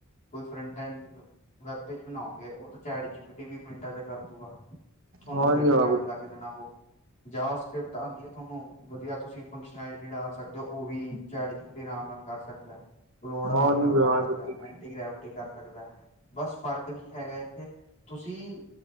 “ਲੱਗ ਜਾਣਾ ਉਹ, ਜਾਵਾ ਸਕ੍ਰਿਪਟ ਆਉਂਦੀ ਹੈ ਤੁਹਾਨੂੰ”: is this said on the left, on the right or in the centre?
Left